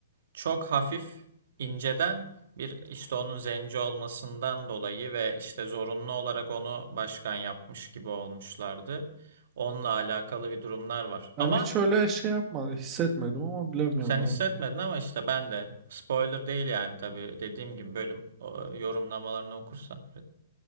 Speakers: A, on the right; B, on the right.
A: çok hafif inceden bir işte onun zenci olmasından dolayı ve işte zorunlu olarak onu başkan yapmış gibi olmuşlardı. Onunla alakalı bir durumlar var.
B: Ben
A: Ama
B: hiç öyle şey yapma hissetmedim ama bilemiyorum
A: sen hissetmedin
B: yani.
A: ama işte ben de spoiler değil yani tabii dediğim gibi bölüm o, yorumlamalarını okursan.